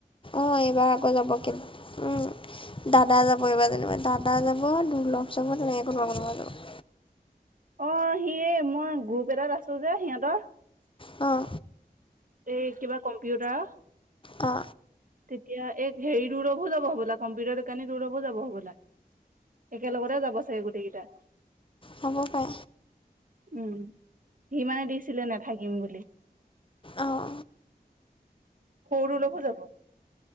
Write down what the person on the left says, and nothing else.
অঁ এইবাৰ আকৌ যাব- উমঁ, দাদা যাব এইবাৰ যেনিবা দাদা যাব, দুৰ্লভ যাব তেনেকৈ কোনবা কোনোবা যাৱ।
অঁ।
অঁ।
হ'ব পাৰে।
অঁ।